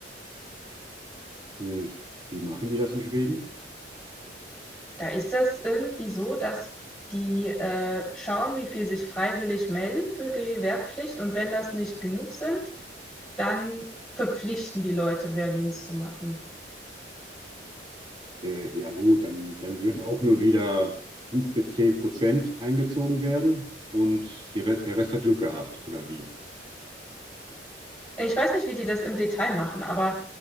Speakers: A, on the right; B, in the centre.
A: äh, wie machen die das in Schweden?
B: Da ist das irgendwie so, dass die äh, schauen, wie viel sich freiwillig melden für die Wehrpflicht und wenn das nicht genug sind, dann verpflichten die Leute, Wehrdienst zu machen.
A: Äh, ja gut, dann, dann würden auch nur wieder 5 bis 10 Prozent eingezogen werden und die Re der Rest hat Glück gehabt, oder wie?
B: Ich weiß nicht, wie die das im Detail machen, aber